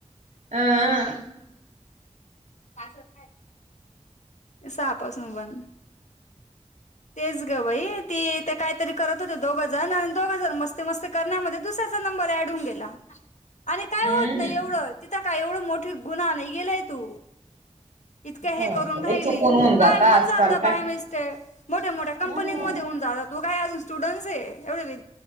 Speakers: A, on the left; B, on the right.
A: <unintelligible>
B: अं
A: सहापासून बंद. तेच ग बाई ती ते कायतरी करत होते दोघ जण आणि दोघ जण मस्ती मस्ती करण्यामध्ये दुसऱ्या चा नंबर ॲड होऊन गेला, आणि काय
B: हम्म
A: होत नाही एवढं तिथं का एवढं मोठ गुन्हा नाही केलाय तू. इतक्या
B: काय
A: हे करून
B: नाही बाई
A: राहिली,
B: चुकून होऊन जात
A: काय होन
B: आजकाल
A: जात बाय
B: काय
A: मिस्टेक. मोठ्या मोठ्या कंपनी्यांमध्ये
B: हम्म
A: होऊन जात तू काय अजून स्टुडंट्स आहे एवढे वि